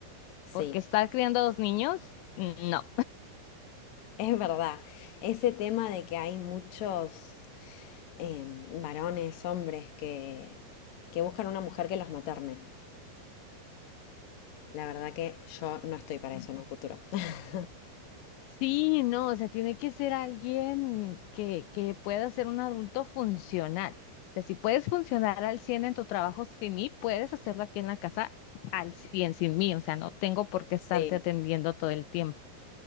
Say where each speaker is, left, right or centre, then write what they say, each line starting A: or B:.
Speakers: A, on the left (about 70°); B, on the left (about 80°).
A: Sí,
B: porque estar criando a dos niños, no.
A: es verdad. Ese tema de que hay muchos eh, varones, hombres que, que buscan una mujer que los materne. La verdad que yo no estoy para
B: <laughs>
A: eso en un futuro. <laughs>
B: Sí, no, o sea, tiene que ser alguien que, que pueda ser un adulto funcional. O sea, si puedes funcionar al 100 en tu trabajo sin mí, puedes hacerlo aquí en la casa al 100 sin mí. O sea, no tengo por qué estarte
A: sí
B: atendiendo todo el tiempo.